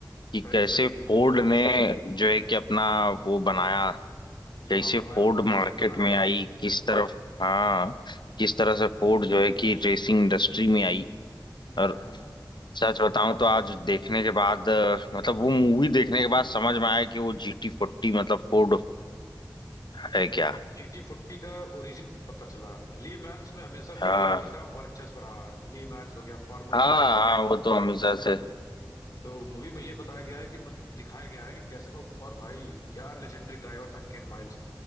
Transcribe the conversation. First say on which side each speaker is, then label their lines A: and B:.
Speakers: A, on the left; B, on the left.
A: कि
B: सही
A: कैसे
B: सही
A: फोर्ड ने जो है कि अपना वो बनाया कैसे
B: लोहा मनवाया
A: फोर्ड
B: फरवा-
A: मार्केट
B: फरारी
A: में आई
B: से
A: किस तरफ हाँ
B: हम्म
A: किस तरह से फोर्ड जो है कि रेसिंग इंडस्ट्री में आई
B: हम्म
A: और सच बताऊं तो आज देखने के बाद अ, मतलब वो मूवी देखने के बाद समझ में आया कि वो जी टी फोर्टी मतलब फोर्ड
B: हम्म
A: है क्या
B: जीटी फोर्टी का ओरिजिन पता चला ली मैंस में हमेशा
A: हाँ
B: से फरारी का वर्चस्व रहा है ली मैंस हो गया फार्मूला
A: हाँ
B: वन हो गया
A: हाँ वो तो हमेशा
B: हम्म
A: से
B: तो मूवी में ये बताया गया है कि मत, दिखाया गया है कि कैसे और और भाई क्या लेजेंडरी ड्राइवर था केन माइल्स